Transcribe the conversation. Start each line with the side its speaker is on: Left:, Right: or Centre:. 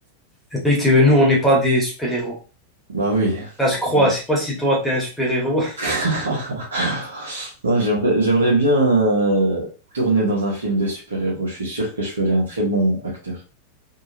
Centre: C'est vrai que nous, on n'est pas des super-héros.
Right: Bah oui.
Centre: Là, je crois,
Right: Mm.
Centre: je sais pas si toi, t'es un super-héros. <laughs>
Right: <laughs> Non, j'aimerais, j'aimerais bien euh, tourner dans un film de super-héros. Je suis sûr que je ferais un très bon acteur.